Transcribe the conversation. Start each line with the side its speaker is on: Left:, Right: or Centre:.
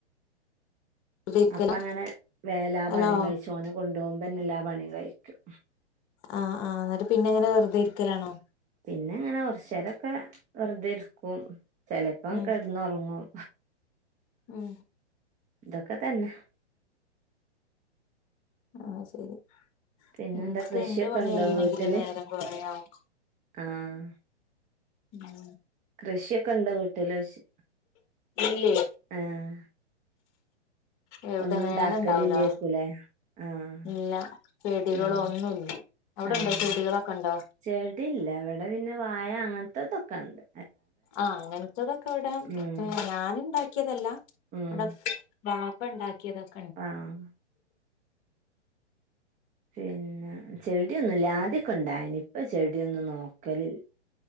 Left: വെറുതെ ഇരിക്കലാ
Right: അപ്പ അങ്ങനെ വേല
Left: ഹലോ
Right: പണിയും കഴിച്ചോന കൊണ്ടോവുമ്പന്നെ എല്ലാ പണി കഴിക്കും
Left: ആഹ് ആഹ് ന്നട്ട് പിന്നെ ങ്ങനെ വെറ്തെ ഇര്ക്കലാണോ
Right: പിന്നെ ഇങ്ങനെ ഒർച്ചരൊക്കെ വെറുതെ ഇരിക്കും ചിലപ്പോം
Left: ഉം
Right: കിടന്നുറങ്ങും
Left: ഉം
Right: തൊക്കെ തന്നെ
Left: ആഹ് ശരി
Right: പിന്നെന്താ
Left: ഇൻക്ക്
Right: കൃഷിയൊക്കെ
Left: ന്റെ പണി
Right: ഉണ്ടോ
Left: കയ്യണെങ്കിൽ
Right: വീട്ടില്
Left: നേരം കൊറേയാവും
Right: ആഹ്
Left: ഉം
Right: കൃഷിയൊക്കെ ഉണ്ട് വീട്ട്ലോയ്ച്ച
Left: ഇല്ലേ
Right: ആഹ്
Left: എവിടെ
Right: ഒന്നും
Left: നേരണ്ടാവ്
Right: ഉണ്ടാക്കലില്ലേക്കൂലേ
Left: ല
Right: ആഹ്
Left: ഇല്ല ചെടികളൊന്നില്ല
Right: ഉം
Left: അവിടെണ്ടോ
Right: ആഹ്
Left: ചെടികളൊക്കെണ്ടോ
Right: ചെടില്ല അവിടെ പിന്നെ വായ അങ്ങൻത്തെതൊക്കെണ്ട്
Left: ആഹ് അങ്ങൻത്തതൊക്കെ ഇവിടെ
Right: ഉം
Left: ഞാന്ണ്ടാക്കിയതല്ല
Right: ഉം
Left: ഇവിടെ വാപ്പ ണ്ടാക്കിയതൊക്കെ
Right: ആഹ് പിന്നെ ചെടിയൊന്നുല്ല ആദ്യൊക്കെ ഇണ്ടായിനി ഇപ്പ ചെടിയൊന്നും നോക്കല്